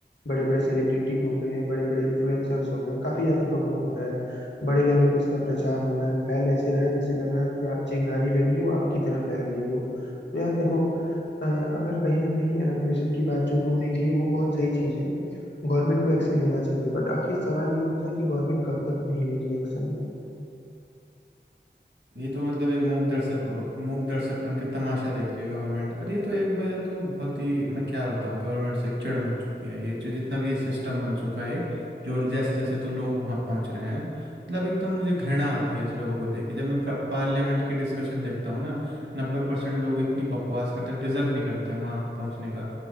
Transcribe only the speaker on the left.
बड़े बड़े सेलिब्रिटी हो गए हैं बड़े बड़े इन्फ्लुएंसर्स हो गए हैं, काफी ज्यादा प्रमोट हो रहा है बड़े लेवल पे इसका प्रचार हो रहा है फैल ऐसे रहा है जैसे लग रहा है कि आ- चिंगारी लगी हो आग की तरह फैल रही हो तो यार देखो अ, अगर कहीं ना कहीं रेगुलेशन की बात जो तुमने की वो बहुत सही चीज है गवर्नमेंट को एक्शन लेना चाहिए बट आखिर सवाल ये उठता है कि गवर्नमेंट कब तक नहीं लेगी एक्शन